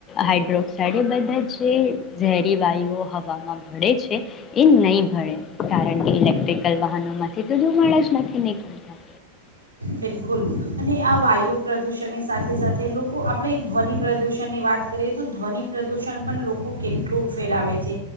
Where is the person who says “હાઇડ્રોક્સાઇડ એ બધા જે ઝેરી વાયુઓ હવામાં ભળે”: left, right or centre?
Left